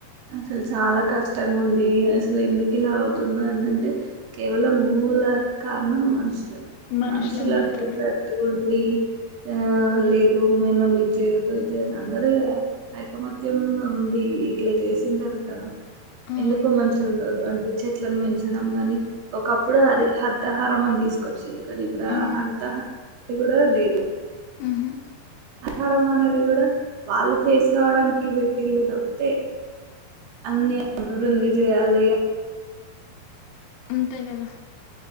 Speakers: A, on the right; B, on the left.
A: అసలు చాలా కష్టం కష్టంగా ఉంది అసలు ఎందుకు ఇలా అవుతుంద అనింటే కేవలం మూల కారం మనషల
B: మనుషులం
A: మనషలనేది
B: మాత్రమే
A: డి ఆ లేదు మేను మీ చేయొదుది చేయదు అందరు ఐకమత్యగా ఉండి ఇట్లా చేసిన తర్వాత
B: అవును.
A: ఎందుకు మనసు ఉండదు అంట చెట్లను పెంచడం ని ఒకప్పుడు హరి హర్తహారం అని తీసుకొచ్చిళ్ళ రి ఇప్పుడు
B: ఆ!
A: ఆహారతహ కూడా లేదు
B: ఆహా
A: ఆహారం అనేది కూడా వాళ్ళు ఫేస్ కావడానికి పెట్టిళ్ళు తప్పితే అన్ని అభివృద్ధి చేయాలినీ
B: ఉంతే కదా